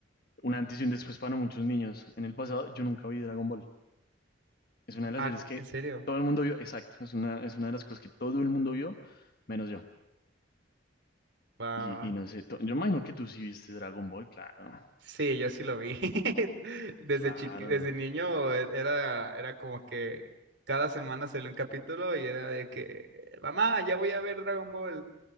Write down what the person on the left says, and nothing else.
un antes y un después para muchos niños. En el pasado yo nunca vi Dragon Ball. Es una de las
series que
todo el mundo vio, exacto, es una, es una de las cosas que todo el mundo vio, menos yo.
Y,
y no sé, to- yo imagino que tú sí viste Dragon Ball, claro,
claro.